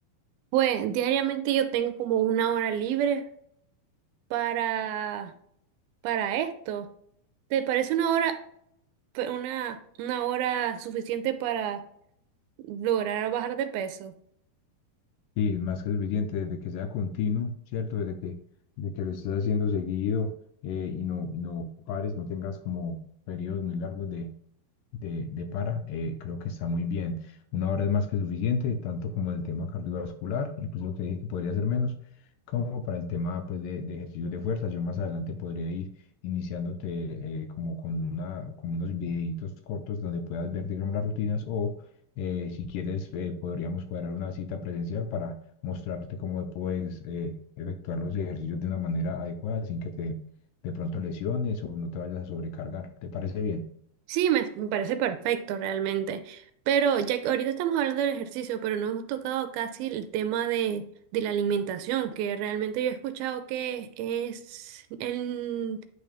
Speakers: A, on the right (about 85°); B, on the left (about 75°).
A: pues diariamente yo tengo como una hora libre para para esto. ¿Te parece una hora pe- una una hora suficiente para lograr bajar de peso?
B: Y más que suficiente, desde que sea continuo, ¿cierto? Desde que, de que lo estés haciendo seguido eh, y no, y no pares, no tengas como periodos muy largos de de, de para, eh, creo que está muy bien. Una hora es más que suficiente, tanto como el tema cardiovascular, incluso te dije que podría ser menos, como para el tema pues, de, de ejercicios de fuerza. Yo más adelante podría ir iniciándote eh, como con una, como unos videitos cortos donde puedas ver, digamos, las rutinas o eh, si quieres eh, podríamos cuadrar una cita presencial para mostrarte cómo puedes eh, efectuar los ejercicios de una manera adecuada sin que te de pronto lesiones o no te vayas a sobrecargar. ¿Te parece bien?
A: Sí, me, me parece perfecto realmente. Pero ya que ahorita estamos hablando del ejercicio, pero no hemos tocado casi el tema de, de la alimentación, que realmente yo he escuchado que es el